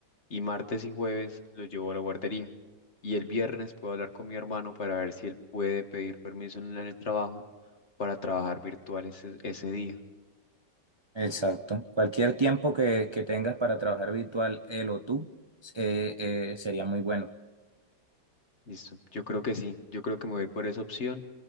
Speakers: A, on the left; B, on the right.
A: y martes y jueves lo llevo a la guardería. Y el viernes puedo hablar con mi hermano para ver si él puede pedir permiso en el trabajo para trabajar virtual ese ese día.
B: Exacto. Cualquier tiempo que, que tengas para trabajar virtual, él o tú, eh, eh, sería muy bueno.
A: Listo, yo creo que sí, yo creo que me voy a ir por esa opción.